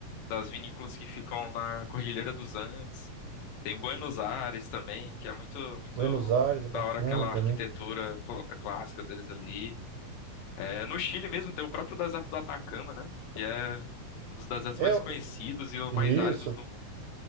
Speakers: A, on the left; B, on the right.
A: das vinícolas que ficam na Cordilheira dos Andes. Tem Buenos Aires também, que é muito, muito
B: Buenos Aires é bacana
A: da hora aquela
B: também.
A: arquitetura cl- clássica deles ali. É, no Chile mesmo tem o próprio deserto do Atacama, né? Que é um dos desertos
B: É,
A: mais
B: o-
A: conhecidos e os
B: isso,
A: mais áridos do mundo.